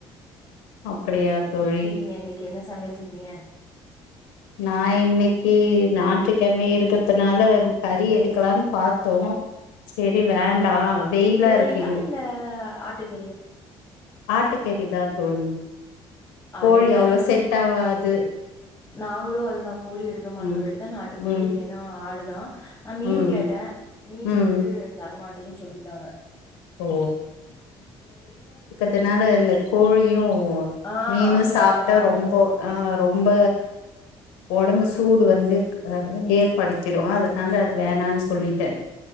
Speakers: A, on the left; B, on the left.
A: அப்படியா தோழி
B: என்னைக்கு என்ன சமையல் செஞ்சிங்க
A: நா இன்னைக்கு ஞாற்றுக்கெழம இருக்கிறதுனால கறி எடுக்கலான் பாத்தோ செரி வேண்டா
B: ஆ
A: வெயிலா
B: கோழியா
A: இருக்கு
B: இல்ல ஆட்டுக்கறியா
A: ஆட்டுக்கறிதா தோழி
B: அதேதா
A: கோழி அவ்ளோ
B: எங்க
A: செட்
B: வீட்ல
A: ஆவாது
B: நாங்களு அதுதா கோ க்க மாட்டோ
A: ம்
B: எடுத்தா நாட்டு
A: ம்
B: கோழி இல்லேன்னா ஆடு தா ஆ மீன்
A: ம்
B: கேட்டே மீன்
A: ம்
B: வந்து தரமாட் டேன் சொல்லிட்டாங்க
A: ஓ இதனால இந்த கோழியு ஓ
B: ஆ
A: மீனு
B: அப்படிதா
A: சாப்ட்டா
B: சொன்னாங்க.
A: ரொம்ப ஆஹ ரொம்ப உடம்பு சூடு வந்து ஆ ஏற்படுத்திடுமா அதனால அது வேணான்னு சொல்லிட்டே